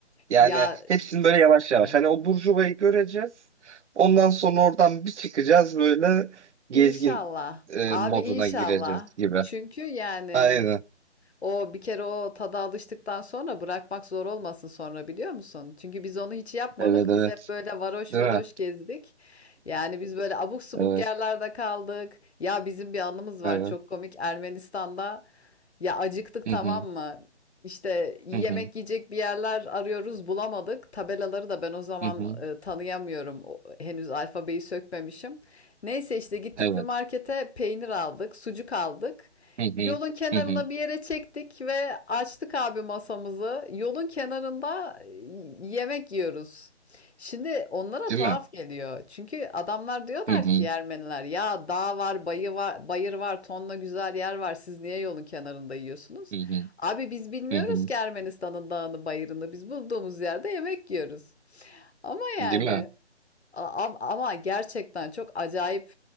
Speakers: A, on the right; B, on the left.
A: Yani
B: Ya
A: hepsini
B: kesinlikle.
A: böyle yavaş yavaş. Hani o burjuvayı göreceğiz. Ondan sonra oradan bir çıkacağız böyle
B: İnşallah.
A: gezgin e,
B: Abi
A: moduna
B: inşallah.
A: gireceğiz gibi.
B: Çünkü yani
A: Aynen.
B: o bir kere o tada alıştıktan sonra bırakmak zor olmasın sonra biliyor musun? Çünkü biz onu hiç yapmadık.
A: Evet evet.
B: Biz hep böyle varoş
A: Değil
B: varoş
A: mi?
B: gezdik. Yani biz böyle abuk subuk
A: <laughs> Evet.
B: yerlerde kaldık. Ya bizim bir anımız var
A: Evet.
B: çok komik. Ermenistan'da ya acıktık
A: Hı
B: tamam
A: hı.
B: mı? İşte yemek
A: Hı hı.
B: yiyecek bir yerler arıyoruz bulamadık. Tabelaları da ben o zaman
A: Hı hı.
B: e, tanıyamıyorum. O- henüz alfabeyi sökmemişim. Neyse işte gittik
A: Evet.
B: bir markete peynir aldık, sucuk aldık.
A: Hı hı.
B: Yolun kenarına
A: Hı hı.
B: bir yere çektik ve açtık abi masamızı. Yolun kenarında e, yemek yiyoruz. Şimdi onlara
A: Değil
B: tuhaf
A: mi?
B: geliyor. Çünkü adamlar diyorlar
A: Hı hı.
B: ki Ermeniler ya dağ var, bayı var, bayır var, tonla güzel yer var. Siz niye yolun kenarında yiyorsunuz?
A: Hı hı.
B: Abi biz bilmiyoruz
A: Hı hı.
B: ki Ermenistan'ın dağını, bayırını. Biz bulduğumuz yerde yemek yiyoruz. Ama
A: Değil
B: yani
A: mi?
B: A- am- Ama gerçekten çok acayip